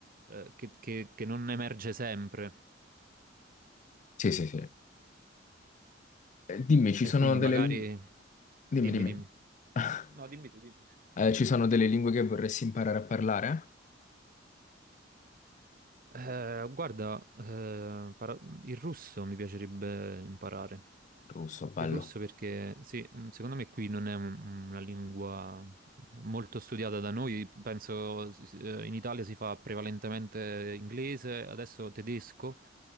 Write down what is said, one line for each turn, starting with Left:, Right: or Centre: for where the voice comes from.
Right: eh, che, che- che non emerge sempre.
Left: Sì, sì, sì. Eh, Dimmi, ci
Right: E
Left: sono
Right: quindi magari...
Left: delle lingue... Dimmi,
Right: Dimmi,
Left: dimmi.
Right: dimmi.
Left: <laughs>
Right: No, dimmi tu, dimmi.
Left: Eh, ci sono delle lingue che vorresti imparare a parlare?
Right: Eh, guarda, eh, para- il russo mi piacerebbe imparare.
Left: Russo, bello.
Right: Il russo perché, sì, mh, secondo me qui non è un- una lingua eh, molto studiata da noi, penso si- si- eh, in Italia si fa prevalentemente inglese, adesso tedesco